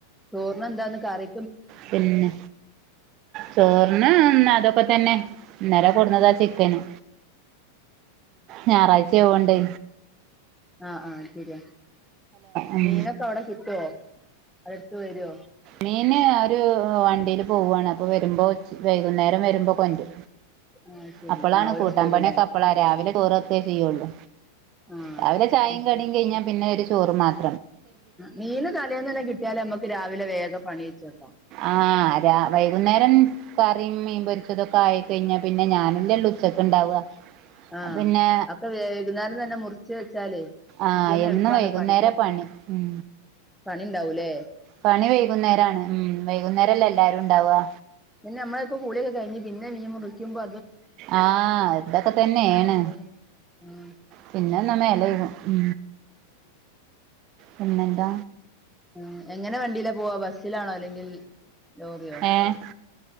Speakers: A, in the centre; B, on the right.
A: ചോറിന് എന്താന്ന് കറി?
B: പിന്നെ ചോറിന് അന്നതൊക്കെ തന്നെ. ഇന്നലെ കൊൺന്നതാ ചിക്കന് ഞായറാഴ്ചയാവു ണ്ടെ
A: ആ ആ ശരിയാ.
B: ഉം
A: മീനൊക്കെ അവിടെ കിട്ടുവോ? അവരടുത്ത് വരോ?
B: മീന് ഒരു വണ്ടീല് പോവാണ്. അപ്പൊ വരുമ്പോ വൈകുന്നേരം വരുമ്പോ കൊണ്ടു
A: ആ ശരി
B: അപ്പളാണ്
A: ആ ഓര്
B: കൂട്ടാൻ
A: കൊണ്ടുവരൂല്ലേ
B: പണിയൊക്കെ അപ്പളാ. രാവിലെ ചോറ് വെ ക്കേചെയ്യുള്ളൂ.
A: ആ
B: രാവിലെ ചായയും
A: ഉം.
B: കടിയും കഴിഞ്ഞാ പിന്നെ ഒരു ചോറ് മാത്ര
A: മീന് തലേന്ന് തന്നെ കിട്ടിയാലേ നമ്മുക്ക് രാവിലെ വേഗം പണി കഴിച്ചു വെ
B: ആ രാ വൈകുന്നേരം കറിയും മീൻ പൊരിച്ചതൊക്കെ ആയി കഴിഞ്ഞാ പിന്നെ ഞാനല്ലേള്ള ഉച്ച ഒക്കെ ഉണ്ടാവുക
A: ആഹ
B: പിന്നെ
A: അക്കെ വൈകുന്നേരം തന്നെ മുറച്ച് വെച്ചാലേ
B: ആഹ
A: പിറ്റേന്ന്
B: എന്നും
A: എളുപ്പാണ്
B: വൈകുന്നേര
A: പണിക്ക്
B: പണി ഉം
A: പണി ഉണ്ടാവൂല്ലേ
B: പണി വൈകുന്നേരമാണ് ഉ വൈകുന്നേരംല്ല എല്ലാരും ഉണ്ടാവവാ
A: പിന്നെമ്മെക്കെ കൂടെിയൊെ കഴിഞ്ഞഞ് പിന്നെീൻ മുടിക്കുമ്പോ
B: ആഹ ഇതൊക്കെ തന്നെയാണ്
A: ഉം. ഉം.
B: പിന്നെ എന്നാ മേല ഇകും ഉ പിെന്താ
A: ഉ എങ്ങനെ വണ്ടിയില പോവാ ബസ്സിലാണോ അല്ലെങ്കിൽ ലോറിയോ
B: ഏഹ്